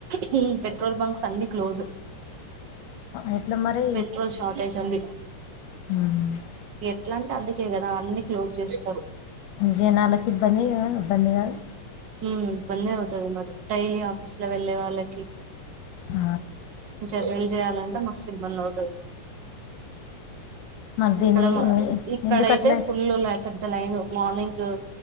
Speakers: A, on the right; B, on the left.
A: హ్మ్ పెట్రోల్ బంక్స్ అన్నీ క్లోజు
B: ఎట్ల మరి
A: పెట్రోల్ షార్టేజ్ ఉంది
B: <unintelligible>
A: ఇట్లాంటె అందుకే కదా అన్ని క్లోజ్ చేస్తారు
B: జనాలకి ఇబ్బంది కాదు ఇబ్బంది కాదు
A: హ బందే అవుతది మరి డైలీ ఆఫీస్ లో వెళ్ళే వాళ్ళకి
B: ఆ
A: జర్నీ చేయాల అంటే మస్తు ఇబ్బంది అవుతది
B: మరి
A: ఇక్కడ
B: దీని
A: ఇక్కడయితే
B: ఎందుకు అట్లా
A: ఫుల్ లై పెద్దలైన్ మార్నింగ్